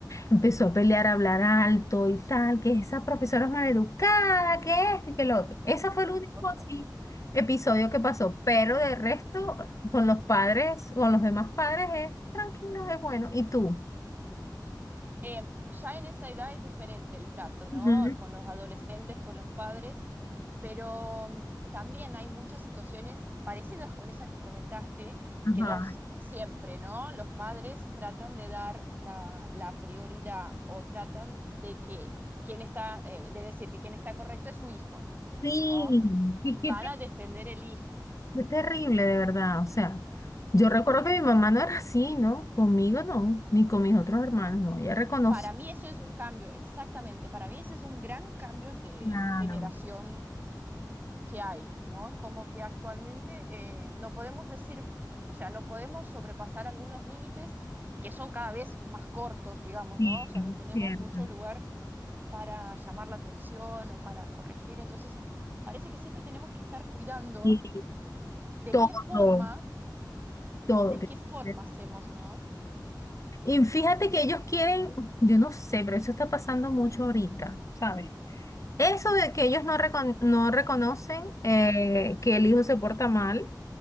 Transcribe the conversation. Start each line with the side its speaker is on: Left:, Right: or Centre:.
Left: Empezó a pelear, a hablar alto y tal, que esa profesora es maleducada, que esto y que lo otro. Ese fue
Right: Ay,
Left: el único
Right: por
Left: así
Right: favor.
Left: episodio que pasó, pero de resto, con los padres, con los demás padres es tranquilo, es bueno. ¿Y tú?
Right: Eh, ya en esa edad es diferente el trato, ¿no?
Left: Ujú.
Right: Con los adolescentes, con los padres. Pero mm, también hay muchas situaciones parecidas con esa que comentaste,
Left: Ajá.
Right: que los siempre, ¿no? Los padres tratan de dar la, la prioridad o tratan de que quien está, eh, de decir que quien está correcto es su hijo,
Left: Sí,
Right: ¿no?
Left: y
Right: Van
Left: qué, te-
Right: a defender el hijo.
Left: qué terrible, de verdad. O sea, yo
Right: Sí.
Left: recuerdo que mi mamá no era así, ¿no? Conmigo no, ni con mis otros hermanos, no. Ella reconoce
Right: Para mí eso es un cambio, exactamente. Para mí ese es un gran cambio de
Left: Claro,
Right: generación que hay, ¿no? Es como que actualmente eh, no podemos decir, o sea, no podemos sobrepasar algunos límites que son cada vez más cortos, digamos,
Left: sí,
Right: ¿no? O sea,
Left: es
Right: no tenemos
Left: cierto.
Right: mucho lugar para llamar la atención o para corregir, entonces parece que siempre tenemos que estar cuidando
Left: Y
Right: de
Left: todo.
Right: qué forma,
Left: Todo.
Right: de
Left: tiene
Right: qué forma
Left: que ver.
Right: hacemos, ¿no?
Left: Y fíjate que ellos quieren, yo no sé, pero eso está pasando mucho ahorita, ¿sabes? Eso de que ellos no, recon- no reconocen eh, que el hijo se porta mal